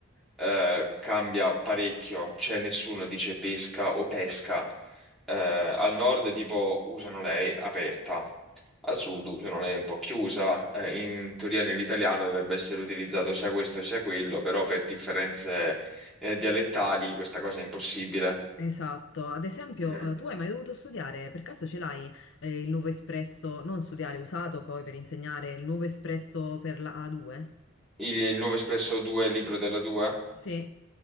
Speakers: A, in the centre; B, on the left.
A: eh, cambia parecchio, cioè nessuno dice pesca o pesca. Eh, al nord tipo usano lei aperta, al sud usano lei un po' chiusa. Eh, in teoria nell'italiano dovrebbe essere utilizzato sia questo sia quello, però per differenze eh, dialettali questa cosa è impossibile.
B: Esatto, ad esempio,
A: Mm.
B: eh, tu hai mai dovuto studiare, per caso ce l'hai eh, il nuovo espresso, non studiare usato poi per insegnare il nuovo espresso per la A2?
A: Il, il nuovo Espresso 2, libro della 2?
B: Sì,